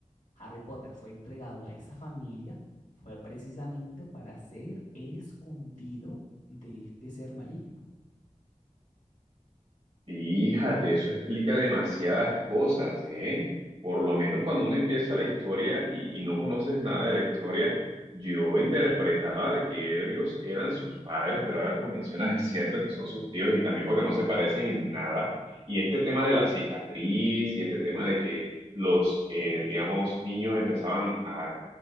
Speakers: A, on the left; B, on the right.
A: Harry Potter fue entregado a esa familia, fue precisamente para ser escondido de este ser maligno.
B: Fíjate, eso explica demasiadas cosas, ¿eh? Por lo menos cuando uno empieza la historia y, y no conoces nada de la historia, yo interpretaba de que ellos eran sus padres, pero ahora que lo mencionas es cierto que son sus tíos y también porque no se parecen en nada. Y este tema de la cicatriz y este tema de que los, eh, digamos, niños empezaban a,